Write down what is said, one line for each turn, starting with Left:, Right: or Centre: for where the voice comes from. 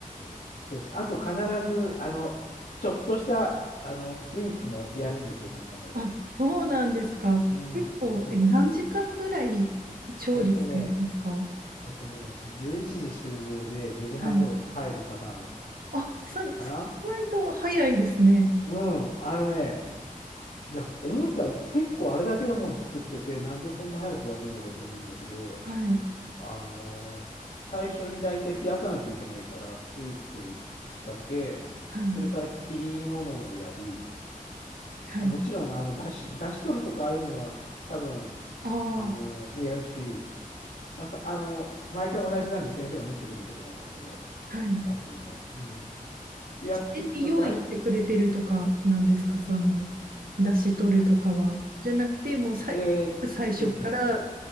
Left: ーそうです。あと必ず、あの、ちょっとした、あの、スイーツもやるんですよ、その中で。
Right: あ、そうなんですか。
Left: うん、
Right: 結構、
Left: そうそう。
Right: え、何時間ぐらい調理するんですか
Left: えっとね、えっとね、11時集合で2時半頃帰るパターン
Right: はい。あ、そう、意外と早いですね。
Left: かなうん、あのね、いや、思ったら結構あれだけのもん作ってて、なんでそんな早く終わるんだろうと思うんだけど、
Right: はい、
Left: あのー最初にだいたい冷やさなきゃいけないから、スイーツを仕掛け、
Right: はい、
Left: それから切り物をやり、
Right: はい。
Left: あ、もちろん、あの、だし、だし取るとか、ああいうのは、多分、
Right: ああ、
Left: あのーもうやるし、まあ、さ、あの毎回同じなんで先生が見せてくれることが多いんですけど、
Right: はい。
Left: あとね、うん。で、やっていくと、
Right: 事前に用意してくれてるとかなんですか、
Left: 大、
Right: その、出し取るとかは。じゃなくて、もうさい最初から
Left: えーっとね、